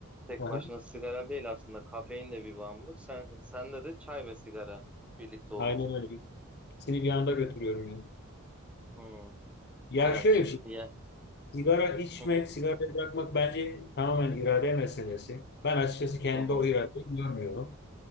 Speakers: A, in the centre; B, on the left (about 50°).
A: Tek
B: Aha,
A: başına sigara değil aslında. Kafein de bir bağımlılık. Sen, sende de çay ve sigara birlikte olmuş.
B: aynen öyle. İkisini bir anda götürüyorum yani.
A: Hmm,
B: Ya
A: Evet.
B: şöyle bir şey.
A: Ya,
B: Sigara içmek,
A: hı hı,
B: sigarayı bırakmak bence tamamen irade meselesi. Ben açıkçası kendi
A: hı hı,
B: o iradeyi görmüyorum.